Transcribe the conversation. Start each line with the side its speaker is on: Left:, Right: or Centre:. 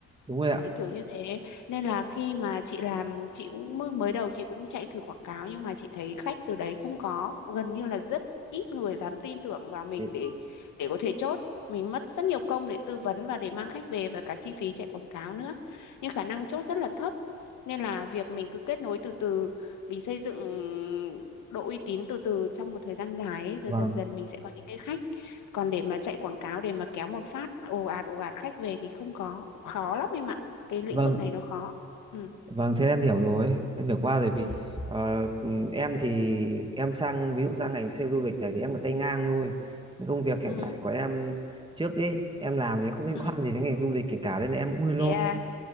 Right: đúng rồi ạ
Left: Đấy kiểu như thế nên là khi mà chị làm chị cũng mơ- mới đầu chị cũng chạy thử quảng cáo nhưng mà chị thấy khách từ đấy không có gần như là rất ít người dám tin tưởng vào mình
Right: Đấy,
Left: để để có thể chốt mình mất rất nhiều công để tư vấn và để mang khách về và cả chi phí chạy quảng cáo nữa nhưng khả năng chốt rất là thấp nên là việc mình cứ kết nối từ từ mình xây dựng độ uy tín từ từ trong một thời gian dài ấy, rồi
Right: vâng
Left: dần dần mình sẽ có những cái khách còn để mà chạy quảng cáo để mà kéo một phát ồ ạt ồ ạt khách về thì không có khó lắm em ạ cái lĩnh
Right: vâng
Left: vực này nó khó ừ
Right: vâng thế em hiểu rồi em hiểu qua rồi vì
Left: ừ
Right: ờ, ừm, em thì em sang ví dụ sang ngành sale du lịch này thì em là tay ngang thôi những công việc hiện
Left: ừ
Right: tại của em trước ấy em làm thì không liên
Left: ừ
Right: quan gì đến ngành du lịch kể cả nên là em cũng hơi lo
Left: thế à